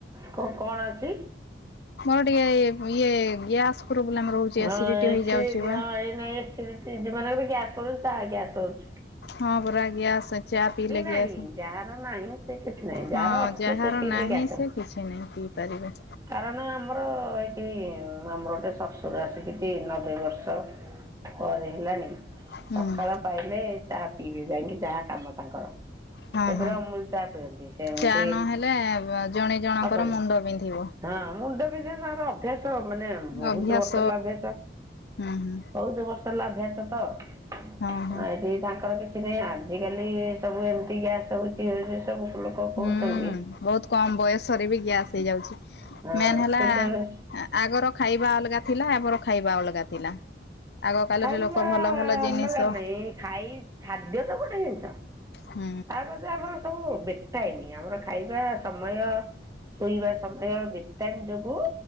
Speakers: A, on the right (about 20°); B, on the left (about 65°).
A: କଣ ଅଛି?
B: ମୋ ଟିକେ ଇଏ ଗ୍ୟାସ୍ <unintelligible>
A: ହଁ ଏସିଡି
B: ହେଇଯାଉଛି ବା
A: ହଁ ଏ ଏସିଙ୍କ <unintelligible> ଚା ଗ୍ୟାସ୍ କରୁଛି।
B: ହଁ ପରା ଗ୍ୟାସ, ଚା ପିିଇଲେ
A: ନାହିଁ
B: ଗ୍ୟାସ,
A: ଯାହାର ନାହିଁ ସେ କିଛି ନାହିଁ ଯାହାର
B: ହଁ
A: ଅଛି
B: ଯାହାର
A: ସେ ପିଇଲେ
B: ନାହିଁ
A: ଗ୍ୟାସ୍ ହବ।
B: ସେ କିଛି ନାହିଁ ପିଇପାରିବେ
A: କାରଣ ଆମର ଏଇଠି ଆମର ଗୋଟେ ଶ୍ୱଶୁର ଆସିକି ନବେ ବର୍ଷ ପରେ ହେଲାଣି
B: ହୁଁ
A: ସକାଳ ପାଇଲେ ଚା ପିଇବେ ଯାଇକି ଯାହା କାମ ତାଙ୍କର
B: ହଁ
A: ସେ ଫେରେ
B: ହଁ
A: ଅମୁଲ ଚା ପିଅନ୍ତି ସେ ଏମିତି
B: ଚା ନହେଲେ ଜଣେ ଜଣଙ୍କର
A: ହବନି
B: ମୁଣ୍ଡ ବିନ୍ଧିବ।
A: ହଁ ମୁଣ୍ଡ ବିନ୍ଧେ ତାଙ୍କର ଅଭ୍ୟାସ ମାନେ ବହୁତ
B: ଅଭ୍ୟାସ
A: ବର୍ଷ <unintelligible> ଅଭ୍ୟାସ
B: ହୁଁ ହୁଁ
A: ବହୁତ ବର୍ଷ ଅଭ୍ୟାସ ତ ଆଉ
B: ହଁ ହଁ।
A: ଏଠି ତାଙ୍କର କିଛି ସେଥିପାଇଁ ଆଜିକାଲି ସବୁ ଏମିତି ଗ୍ୟାସ୍ ହେଉଛି ହେଉଛି ସବୁ ଲୋକ କହୁଛନ୍ତି।
B: ହୁଁ ବହୁତ କମ ବୟସରେ ବି ଗ୍ୟାସ୍ ହେଇଯାଉଛି
A: ହଁ
B: ମେନ୍ ହେଲା
A: କିନ୍ତୁ
B: ଆଗର ଖାଇବା ଅଲଗା ଥିଲା ଆମର ଖାଇବା ଅଲଗା ଥିଲା ଆଗ କାଳରେ
A: ଖାଇବା
B: ଲୋକ ଭଲ ଭଲ ଜିନିଷ
A: ଅଲଗା
B: ହୁଁ
A: ନାଇଁ ଖାଇ ଖାଦ୍ୟ ତ ଗୋଟେ ଜିନିଷ
B: ହୁଁ।
A: ଆମର ସବୁ <unintelligible> ବେଟଏନି ଆମର ଖାଇବା ସମୟ ଶୋଇବା ସମୟ <unintelligible> ତମ ଯୋଗୁଁ